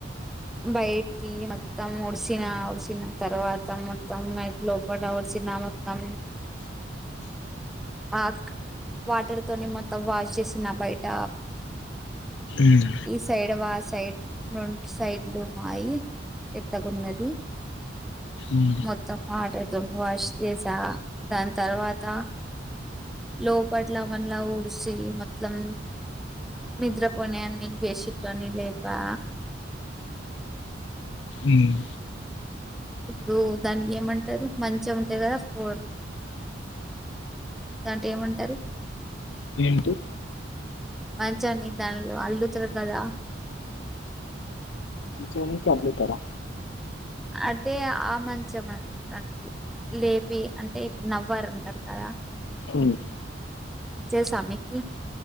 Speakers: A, in the centre; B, on the left.
A: బయటి మొత్తం ఒడిసిన ఒడిసిన తర్వాత మొత్తం లోపల ఒడిసిన మొత్తం ఆ వాటర్ తోని మొత్తం వాష్ చేసిన బయట
B: ఉమ్.
A: ఈ సైడ్ వా సైడ్ రెండు సైడ్లు మాయి పెద్దగున్నది
B: ఉమ్,
A: మొత్తం వాటర్ తోని వాష్ చేసా దాని తర్వాత లోపట్ల మనల ఉడిసి మొత్తం నిద్రపోణన్ని బేషిట్లానీ లేపా
B: ఉమ్,
A: ఇప్పుడు దానికి ఏమంటారు మంచం ఉంటాయి కదా ఫోర్ దాంట ఏమంటారు
B: ఏంటి
A: మంచంని దానిలో అల్లుతారు కదా
B: <unintelligible> కలుతార
A: అంటే ఆ మంచం అ లేపి అంటే ఇప్పుడు నవ్వారంటారు కదా
B: ఉమ్
A: చేసా మీకు